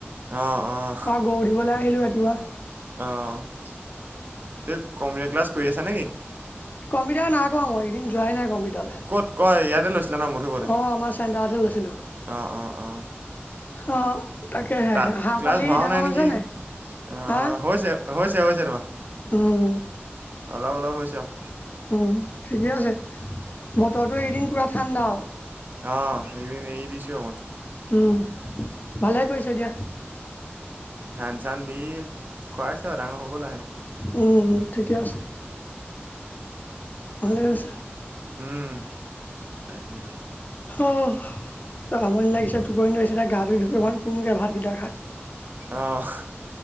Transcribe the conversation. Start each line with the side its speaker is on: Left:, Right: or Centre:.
Right: অঁ অঁ
Left: গৰু দিবলৈ আহিলোঁ ৰাতিপুৱা।
Right: অ', তেত কম্পিউটাৰ ক্লাছ কৰি আছা নেকি?
Left: কম্পিউটাৰ নাই কৰা মই, এইকেদিন যোৱাই নাই কম্পিউটাৰলৈ।
Right: ক'ত কয় ইয়াতে লৈছিলা ন, মধুপুৰতে
Left: অ আমাৰ চেণ্টাৰতে লৈছিলো
Right: অ', অ', অ'।
Left: অ'। তাকেহে
Right: ক্লা
Left: হাঁহ
Right: ক্লাছ
Left: পোৱালি
Right: হোৱাও
Left: ডাঙৰ
Right: নাই
Left: হৈছে
Right: নেকি? অ',
Left: হা
Right: হৈছে, হৈছে, হৈছে, তোমাৰ।
Left: উম,
Right: অলপ অলপ হৈছে আৰু
Left: উম, ঠিকে আছে। বতৰটো এইকেদিন পোৰা ঠাণ্ডা আৰু।
Right: অ', এইকেদিন এই দিছোৱে মই।
Left: উম, ভালে কৰিছা দিয়া।
Right: ধান-চান দি কৰাইচো আৰু ডাঙৰ হ'ব লাহে-লাহে।
Left: উম, উম, ঠিকে আছে। ভালে হৈছে।
Right: উম, তাকে।
Left: অ', আমনি লাগিছে, টোপনি ধৰিছে, এতিয়া গাটো ধুই অকন শুম গে ভাতকেইটা খাই।
Right: অ',